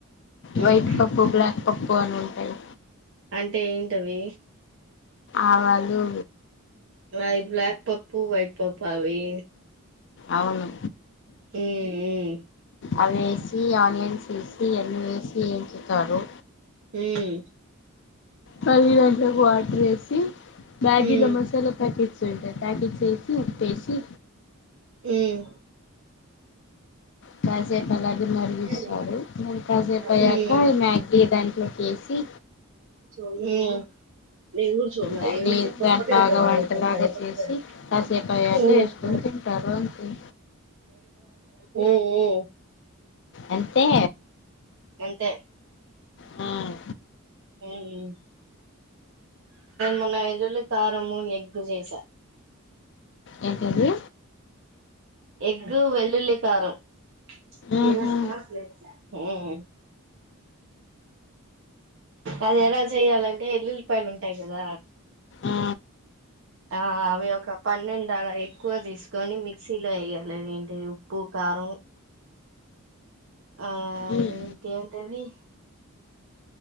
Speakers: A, on the right (about 60°); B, on the left (about 55°).
A: ఉమ్
B: వైట్ పప్పు బ్లాక్ పప్పు అని ఉంటాయి
A: అంటే ఏంటవి
B: ఆవాలు
A: లయి బ్లాక్ పప్పు వైట్ పప్పు అవి
B: అవును
A: మ్మ్ మ్మ్
B: అవి ఏసీ ఆనియన్ సేసి అన్ని ఏసి ఏంచి తారు
A: మ్మ్
B: పది గంటలకు వాటర్ ఏసి మ్యాగీ
A: హ్మ్
B: లో మసాలా ప్యాకెట్ <unintelligible> ఉప్పు ఏ సి
A: మ్మ్
B: ప్యా సెట్ లో గాని రీ మరిగించ్చినారు
A: హ్మ్
B: ఇంకాసేపు అయ్యాక
A: హ్మ్
B: ఈ మ్యాగీ దాంట్లోకి ఎసి
A: ఉమ్ నేన్ కూడ చూడలే
B: దాన్ని
A: ఏం <unintelligible>
B: దాని బాగా వంటలాగా చేసి కాసేపు అయ్యాక వేసుకొని
A: మ్మ్
B: తింటారు అంతే
A: మ్మ్
B: అంతే
A: అంతే
B: మ్మ్
A: నేన్ మొన్న ఏల్లుల్లి కారము ఎగ్గు చేసా
B: ఏంటి అండి
A: ఎగ్ వెల్లుల్లి కారం
B: ఆహా
A: ఈరోజు స్మార్ట్ లేసేస్య మ్మ్ అది ఎలా చేయ్యాలంటే ఎల్లులిపాయలు ఉంటాయి గదా
B: ఆ
A: ఆ అవి ఒక పన్నెండు అలా ఎక్కువ తీసుకొని మిక్సీలో వేయాలి ఏంటి ఉప్పు కారం ఆ
B: ఉమ్
A: ఇ ఏంటిది